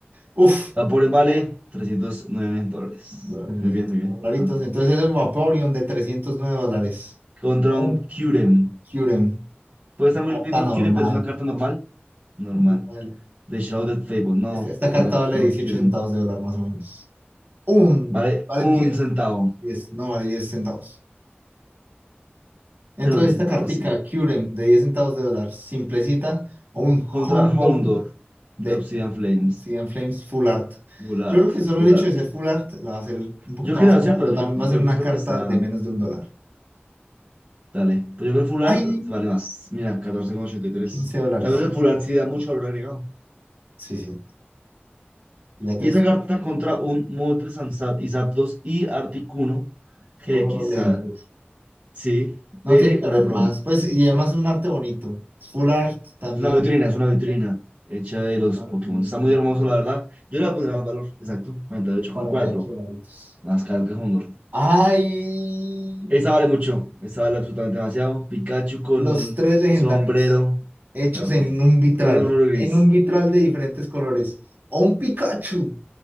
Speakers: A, on the right; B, on the right.
A: Uf,
B: Vaporeon vale 309 dólares.
A: Bueno, 300
B: Muy bien, muy bien.
A: dolaritos.
B: Adelante.
A: Entonces es un Vaporeon de 309 dólares.
B: Contra
A: Un
B: un Kyurem.
A: Kyurem.
B: Puede estar muy
A: Carta
B: lindo
A: normal.
B: Kyurem, pero es una carta normal. Normal.
A: normal.
B: The Shrouded Fable. No,
A: Esta, esta carta
B: no,
A: vale
B: no
A: 18
B: Kyurem.
A: centavos de dólar más o menos. Un.
B: Vale
A: Vale
B: un
A: diez
B: centavo.
A: diez No vale 10 centavos. Entonces
B: Perdón, 10
A: esta
B: centavos,
A: cartica
B: sí.
A: Kyurem de diez centavos de dólar. Simplecita. O un
B: Contra
A: Houndour
B: Houndor
A: de
B: de Obsidian Flames.
A: Sea and Flames Full Art.
B: Full art,
A: Yo creo
B: full
A: que solo el hecho
B: art.
A: de ser Full Art la va a hacer un poquito
B: Yo creo,
A: más cara,
B: ¿cierto?
A: pero
B: Yo,
A: también
B: yo
A: va a ser una
B: creo que es lo
A: carta
B: que está.
A: de menos de un dólar.
B: Dale. Pues yo creo que el full
A: ¡Ay!
B: art vale más. Mira, 14,83.
A: quince dólares.
B: Tal vez el full art sí da mucho valor agregado.
A: Sí, sí. Ya te
B: Y
A: está.
B: esa carta contra un Moltres Zap y Zapdos y Articuno GX,
A: Todos los legendarios.
B: ah, sí, de
A: No tiene que
B: una
A: haber
B: promo.
A: más. Pues, y además es un arte bonito. Es Full art también.
B: Es una vitrina,
A: clasicista.
B: es una vitrina hecha de los
A: No, lo
B: Pokémon.
A: tiene
B: Está muy
A: con
B: hermoso, la verdad. Yo le voy a poner más valor, exacto, cuarenta y ocho
A: 48
B: coma cuatro
A: dolaritos.
B: más caro que Honor.
A: ¡Ay!
B: Esta vale mucho, esta vale absolutamente demasiado. Pikachu con
A: Los
B: un
A: tres legendarios.
B: sombrero
A: Hechos
B: café,
A: en un vitral.
B: con un sombrero gris.
A: En un vitral de diferentes colores. O un Pikachu